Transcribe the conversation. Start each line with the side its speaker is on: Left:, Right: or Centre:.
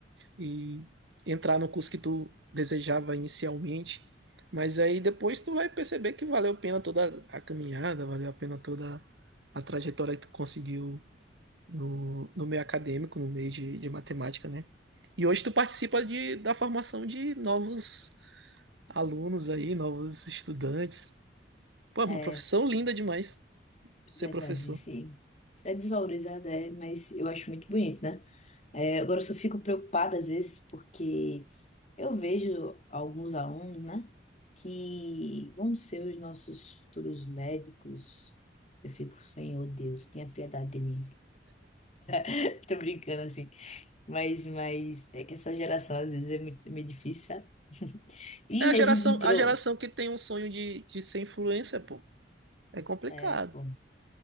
Right: e entrar no curso que tu desejava inicialmente. Mas aí depois tu vai perceber que valeu a pena toda a caminhada, valeu a pena toda a trajetória que tu conseguiu no, no meio acadêmico, no meio de, de matemática, né? E hoje tu participa de, da formação de novos alunos aí, novos estudantes. Pô, é
Left: é.
Right: uma profissão linda demais ser
Left: Verdade,
Right: professor.
Left: sim. É desvalorizada, é, mas eu acho muito bonito, né? É, agora eu só fico preocupada às vezes porque eu vejo alguns alunos, né, que vão ser os nossos futuros médicos. Eu fico, Senhor Deus, tenha piedade de mim. <laughs> Tô brincando assim. Mas, mas é que essa geração às vezes é muito, meio difícil, sabe? <laughs> E
Right: É a geração,
Left: a gente entrou.
Right: a geração que tem um sonho de, de ser influencer, pô. É complicado.
Left: É, pô.